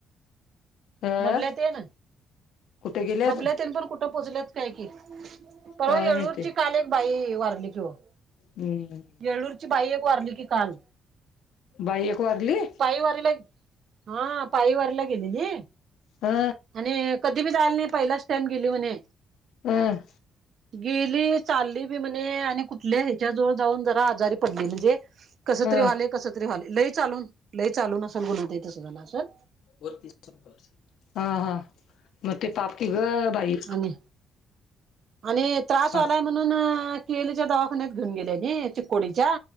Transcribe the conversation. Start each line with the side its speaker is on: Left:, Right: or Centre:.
Left: अ
Right: बबल्या तेन
Left: कुठे गेल्यात
Right: बबल्या तेन पण कुठं पोचल्यात काय कि परवा
Left: काय
Right: येळूरची
Left: माहिती
Right: काल एक बाई वारली किं वो
Left: हम्म
Right: येळूर ची बाई एक वारली की काल
Left: बाई एक वारली.
Right: पायवारीला हा पायवारीला गेली न
Left: अ
Right: आणि कधी बी जाल नाही पहिलाच टाईम गेली म्हणे
Left: हं
Right: गेली चालली बी म्हणे आणि कुठल्या ह्याच्या जवळ जाऊन आज प म्हण करी
Left: अ
Right: क चालून ल चालून असेल गुन्हा ते तसं झालं असेल
Left: हा, हा म ती पाप. ती घं बाई.
Right: आणि आणि त्रास
Left: हा
Right: व्हालाय म्हणून अ के ई ली च्या दवाखान्यात घेऊन गेल्यानी चिकोडीच्या